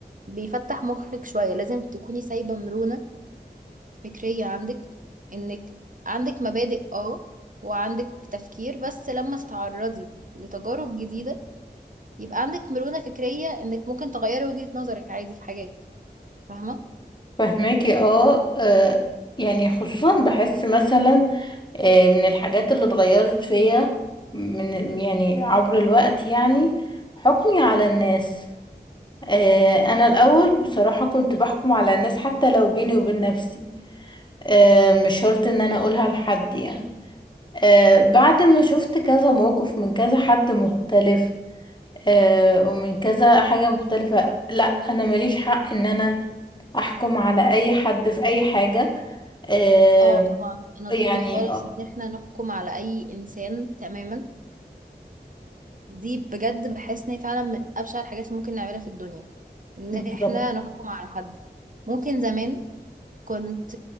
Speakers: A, on the right; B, on the left.
A: بيفتح مخك شوية لازم تكوني سايبة مرونة فكرية عندك انك عندك مبادئ اه وعندك تفكير بس لما تتعرضي لتجارب جديدة يبقى عندك مرونة فكرية انك ممكن تغيري وجهة نظرك عادي في حاجات فاهمة؟
B: فهماكي اه آه، يعني خصوصا بحس مثلا آه، من الحاجات اللي اتغيرت فيا من يعني عبر الوقت يعني حكمي على الناس آه، انا الاول بصراحة كنت بحكم على الناس حتى لو بيني وبين نفسي آه، مش شرط ان انا اقولها لحد يعني آه، بعد ما شفت كذا موقف من كذا حد مختلف آه، ومن كذا حاجة مختلفة لا انا ماليش حق ان انا احكم على اي حد في اي حاجة آه
A: اه طبعا انا ضد
B: يعني
A: خالص
B: آه،
A: ان احنا نحكم على اي انسان تماما دي بجد بحس ان هي فعلا من ابشع الحاجات اللي ممكن نعملها في الدنيا ان
B: بالظبط
A: احنا نحكم على حد ممكن زمان كنت